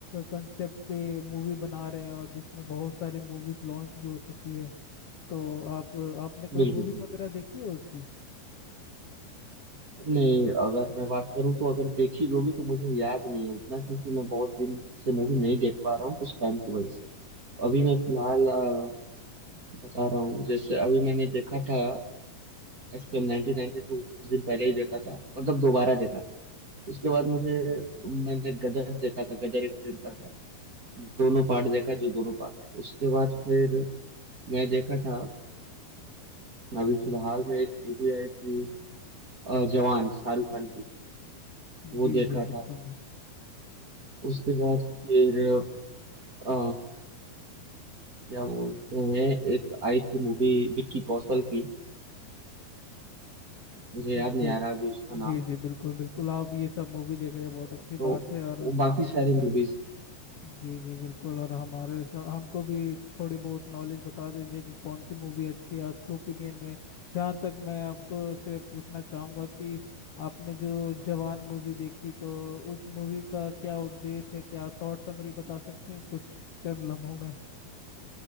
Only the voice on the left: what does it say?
कंसेप्ट पे मूवी बना रहे हैं और जिसमें बहुत सारी मूवीज लॉन्च भी हो चुकी है तो आप आपने कोई
मूवी
वगैरह देखी है उसकी
जी
जी बिल्कुल
बिल्कुल
जी
जी
जी बिल्कुल बिल्कुल आप ये सब मूवी देख रहे हैं बहुत
अच्छी
बात है और
जी जी बिल्कुल और हमारे सा, हमको भी थोड़ी बहुत नॉलेज बता दीजिए कि कौन सी मूवी अच्छी है आपके ओपिनियन में जहाँ तक मैं आपको से पूछना चाहूँगा कि आपने जो जवान मूवी देखी तो उस मूवी का क्या उद्देश्य है क्या शॉर्ट समरी बता सकते हैं कुछ चंद लम्हों में